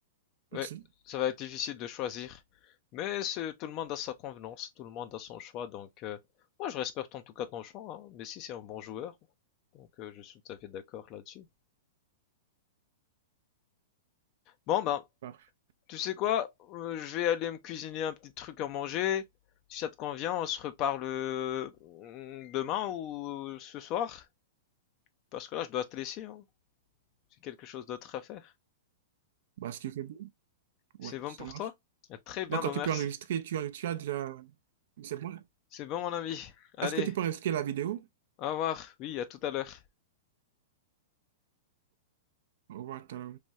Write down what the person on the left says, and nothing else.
Ouais,
ça va être difficile de choisir, mais c'est tout le monde a sa convenance, tout le monde a son choix. Donc, euh, moi, je respecte en tout cas ton choix. Hein. Messi, c'est un bon joueur, donc euh, je suis tout à fait d'accord là-dessus. Bon, ben,
Tu sais quoi? Euh, je vais aller me cuisiner un petit truc à manger. Si ça te convient, on se reparle euh, demain ou ce soir. Parce que là, je dois te laisser, hein. J'ai quelque chose d'autre à faire.
C'est bon
pour
toi? Ah, Très bien,
bah
merci.
C'est bon, mon ami. Allez,
au revoir. Oui, à tout à l'heure.